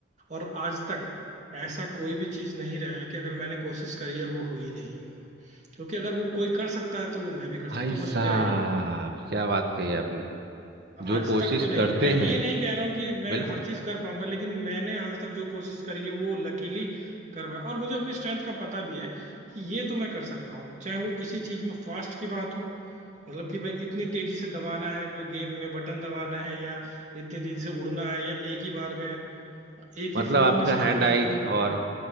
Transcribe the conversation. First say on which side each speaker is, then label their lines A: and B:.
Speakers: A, on the right; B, on the right.
A: और आज तक ऐसा कोई भी चीज नहीं रहा है कि अगर मैंने कोशिश करी और वो हुई नहीं हो क्योंकि अगर वो कोई कर सकता है तो वो मैं भी कर
B: भाई
A: सकता हूँ
B: साहब
A: बस मेरा यही है
B: क्या बात कही आपने जो
A: आज
B: कोशिश
A: तक तो नहीं
B: करते
A: मैं ये
B: हैं
A: नहीं कह रहा हूँ कि मैं
B: बिल्कुल
A: हर चीज कर पाऊंगा लेकिन मैंने आज तक जो कोशिश करी है वो लकीली कर पाया और मुझे अपनी स्ट्रेंथ का पता भी है कि ये तो मैं कर सकता हूँ चाहे वो किसी चीज में फास्ट की बात हो मतलब कि भाई इतनी तेजी से दबाना है कोई गेम में बटन दबाना है या इतनी तेजी से उड़ना है या एक ही बार में एक ही
B: मतलब
A: फ्लो
B: आपका
A: में सारा
B: हैंड
A: गेम
B: आई
A: खत्म करना
B: और